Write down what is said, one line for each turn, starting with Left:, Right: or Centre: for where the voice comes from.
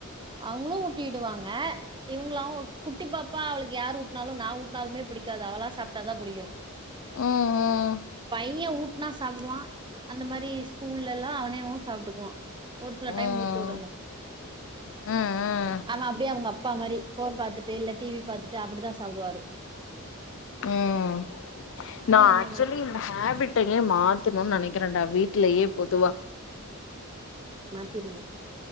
Right: அவங்களு ஊட்டி விடுவாங்க இவங்கள அவ குட்டி பாப்பா அவளுக்கு யாரு ஊட்டினாலு நா ஊட்டினாலுமே புடிக்காது அவளா சாப்பிட்டாதா புடிக்கு
Left: ஹம் ஹ்
Right: எங்க ஊட்டுனா சாப்பிடுவான் அந்த மாரி ஸ்கூல்ல எல்லா அவனேவு சாப்பிட்டுக்குவான் ஒரு சில
Left: ம் ம்
Right: டைம் ஊட்டு விடணு
Left: ம்
Right: ஆமா அப்டியே அவுங்க அப்பா மாரி போன் பாத்துட்டு இல்ல டி வி பாத்துட்டு அப்படிதா சாப்பிடுவாரு
Left: உம் நா
Right: என்ன
Left: ஆக்சுவலி
Right: மாரி
Left: இந்த ஹேபிட்டையே மாத்தணுனு நெனைக்கிறேன்டா வீட்லயே பொதுவா
Right: திருங்க